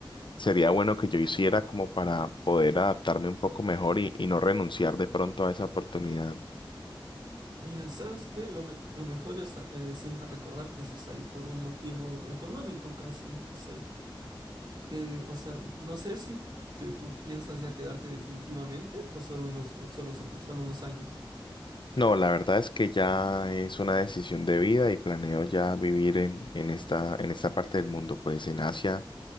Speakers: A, on the left; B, on the right.
A: sería bueno que yo hiciera como para poder adaptarme un poco mejor y, y no renunciar de pronto a esa oportunidad?
B: Mira, ¿sabes qué? Lo, me- lo mejor es ah, eh, siempre recordar que estás ahí por un motivo económico casi. O sea, po- que, o sea, no sé si te- tú piensas ya quedarte definitivamente o solo unos, o solo, solo unos años.
A: No, la verdad es que ya es una decisión de vida y planeo ya vivir en, en esta, en esta parte del mundo, pues en Asia,